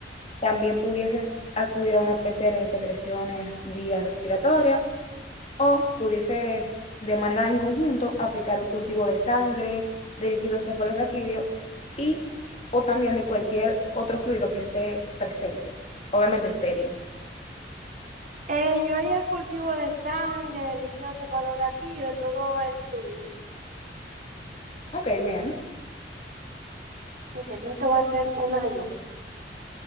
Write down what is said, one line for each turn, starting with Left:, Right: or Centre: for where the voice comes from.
Left: También pudieses acudir a una PCR de secreciones vía respiratoria o pudieses de manera en conjunto aplicar un cultivo de sangre, de líquido cefalorraquídeo y o también de cualquier otro fluido que esté presente, obviamente estéril.
Right: Eh, yo haría el cultivo de sangre, de líquido cefalorraquídeo, de todo el fluido.
Left: Ok, bien,
Right: Ok, entonces te voy a hacer una yo.